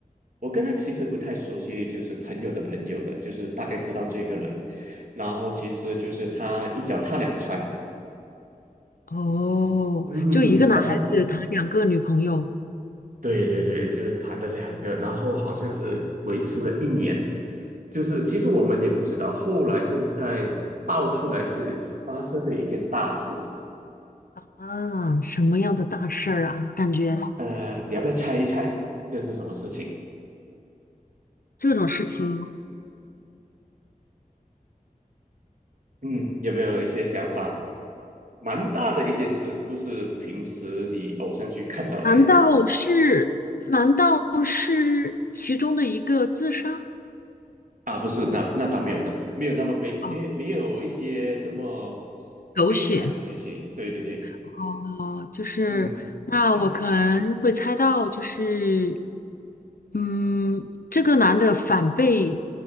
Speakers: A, on the right (about 60°); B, on the left (about 75°).
A: 我跟他其实不太熟悉，就是朋友的朋友了，就是大概知道这个人，然后其实就是他一脚踏两船，
B: 哦，
A: 嗯，
B: 就一个男孩子谈两个女朋友
A: 然后对对对，就是谈了两个，然后好像是维持了一年，就是其实我们也不知道，后来现在爆出来是发生了一件大事，
B: 啊，什么样的大事儿啊？感觉
A: 呃，你要不要猜一猜这是什么事情？
B: 这种事情，
A: 嗯，有没有一些想法？蛮大的一件事，不是平时你偶像剧看到那一种
B: 难道是难道是其中的一个自杀？
A: 啊，不是，那那倒没有的，没有那么悲，
B: 啊，
A: 没没有一些这么
B: 狗血！
A: 悲惨的剧情，对对对，
B: 哦，就是那我可能会猜到，
A: 嗯，他
B: 就是嗯，这个男的反被